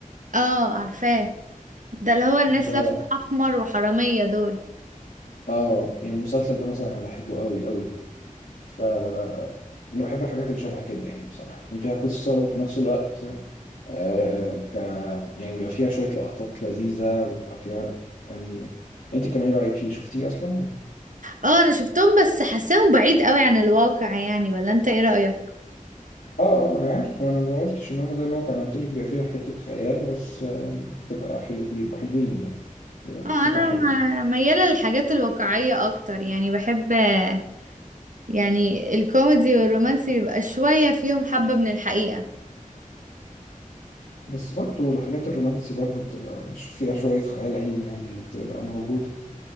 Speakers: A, on the right; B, on the left.
A: آه عارفاه ده اللي هو الناس
B: ده
A: لابسة أحمر وحرامية دول
B: اه يعني المسلسل ده مثلا انا بحبه قوي قوي ف انا بحب الحاجات اللي شبه كده يعني بصراحه يكون فيها قصه وفي نفس الوقت آه ك... يعني بيبقى فيها شويه لقطات لذيذه بيبقى فيها يعني انت كان ايه رايك فيه شفتيه اصلا
A: آه أنا شفتهم بس حاساهم بعيد قوي عن الواقع يعني ولا أنت إيه رأيك؟
B: اه اه ما انا عارف ما انا ما قلتش ان هم زي الواقع انا قلت لك بيبقى فيها حته خيال بس آه، بتبقى حلو بيبقوا حلوين يعني بيبقى قصتها
A: آه أنا
B: حلوه
A: م- ميالة للحاجات الواقعية أكتر يعني بحب آه، يعني الكوميدي والرومانسي بيبقى شوية فيهم حبة من الحقيقة
B: بس برضو الحاجات الرومانسي برضو بتبقى ش- فيها شويه خيال علمي يعني اللي بتبقى موجوده